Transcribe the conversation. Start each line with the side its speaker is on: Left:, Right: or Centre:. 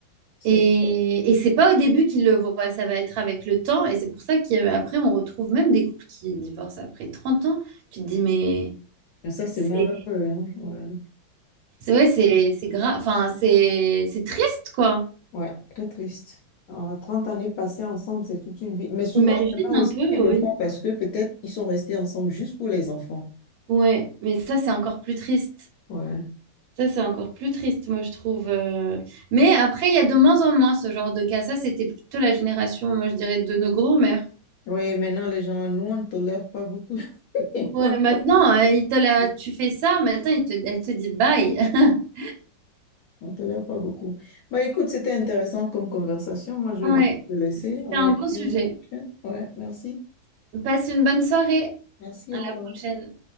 Left: ça,
Right: Et, et c'est pas au début qu'ils le voient, ça va être avec le temps. Et c'est pour ça qu'après, on retrouve même des couples qui divorcent après 30 ans. Tu te dis, mais
Left: et ça, c'est
Right: c'est
Left: malheureux. hein. Ouais.
Right: C'est ouais, c'est c'est grave. Enfin, c'est c'est triste, quoi.
Left: Ouais, très triste. Alors, 30 années passées ensemble, c'est toute une vie. Mais souvent,
Right: Imagine
Left: il y en a
Right: un
Left: aussi
Right: peu,
Left: qui le
Right: oui.
Left: font parce que peut-être ils sont restés ensemble juste pour les enfants.
Right: Ouais, mais ça, c'est encore plus triste.
Left: Ouais.
Right: Ça, c'est encore plus triste, moi, je trouve. euh. Mais après, il y a de moins en moins ce genre de cas. Ça, c'était plutôt la génération, moi, je dirais, de nos grands-mères.
Left: Oui, maintenant, les gens, nous, on ne tolère pas beaucoup. <laughs>
Right: Ouais, maintenant, euh, il te la- tu fais ça, maintenant, il te- elle te dit bye. <laughs>
Left: On ne tolère pas beaucoup. Bah, écoute, c'était intéressant comme conversation. Moi, je
Right: Ouais,
Left: vais devoir te laisser.
Right: c'était
Left: On
Right: un
Left: va se
Right: bon sujet.
Left: dire à la prochaine. Ouais, merci.
Right: Passe une bonne soirée.
Left: Merci,
Right: À
Left: au revoir.
Right: la prochaine.